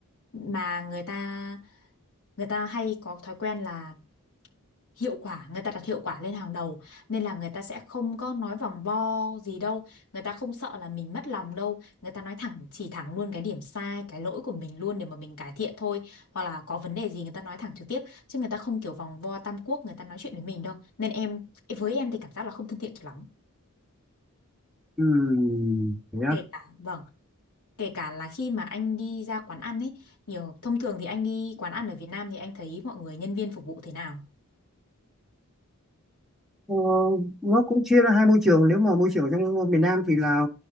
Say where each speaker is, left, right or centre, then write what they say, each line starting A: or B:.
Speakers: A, on the left; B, in the centre.
A: mà người ta người ta hay có thói quen là hiệu quả, người ta đặt hiệu quả lên hàng đầu nên là người ta sẽ không có nói vòng vo gì đâu, người ta không sợ là mình mất lòng đâu, người ta nói thẳng chỉ thẳng luôn cái điểm sai, cái lỗi của mình luôn để mà mình cải thiện thôi, hoặc là có vấn đề gì người ta nói thẳng trực tiếp chứ người ta không kiểu vòng vo tam quốc người ta nói chuyện với mình đâu. Nên em với em thì cảm giác là không thân thiện cho lắm
B: ừ, thế á
A: kể cả vâng kể cả là khi mà anh đi ra quán ăn ấy nhiều thông thường thì anh đi quán ăn ở Việt Nam thì anh thấy mọi người nhân viên phục vụ thế nào
B: Ờ, nó cũng chia ra hai môi trường nếu mà môi trường ở trong miền Nam thì là